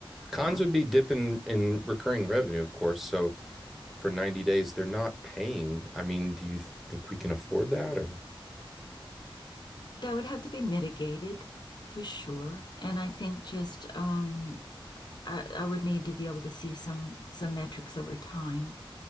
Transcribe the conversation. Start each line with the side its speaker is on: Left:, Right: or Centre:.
Centre: Cons
Left: yeah,
Centre: would be dip in, in recurring revenue, of course. So for 90 days, they're not paying. I mean, do you think we can afford that or?
Left: that would have to be mitigated for sure. And I think just um, I, I would need to be able to see some some metrics over time